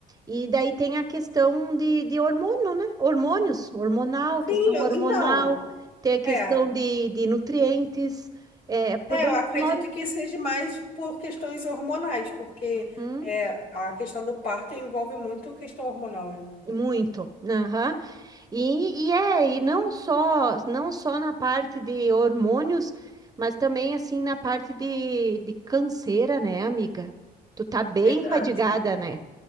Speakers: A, on the right (about 20°); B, on the left (about 60°).
A: e daí tem a questão de, de hormônio, né? Hormônios, hormonal,
B: Sim,
A: questão
B: eu-
A: hormonal,
B: então,
A: tem a questão
B: É,
A: de, de nutrientes, é, é problema
B: é, eu acredito
A: de memória.
B: que seja mais por questões hormonais, porque
A: Hum,
B: é, a questão do parto envolve muito questão hormonal, né?
A: muito. Aham. E, e é, e não só, não só na parte de hormônios, mas também assim na parte de, de canseira, né, amiga? Tu tá bem
B: Verdade.
A: fadigada, né?